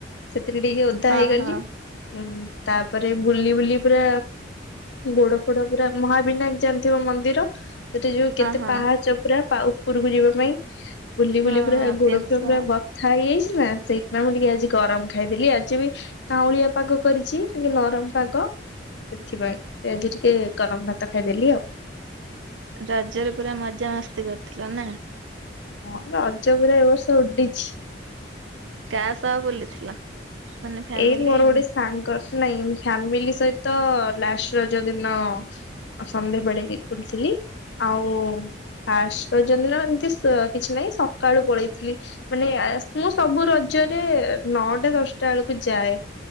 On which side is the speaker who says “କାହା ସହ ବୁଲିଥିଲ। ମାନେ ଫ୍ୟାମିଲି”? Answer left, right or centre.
Right